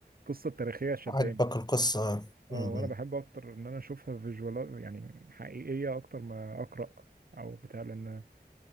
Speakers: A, on the right (about 60°); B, on the left (about 25°).
A: القصه التاريخيه شداني
B: عجبك القصه م-
A: اه وانا بحب اكتر ان انا اشوفها فيجوال يعني حقيقيه اكتر ما اقرا او بتاع لان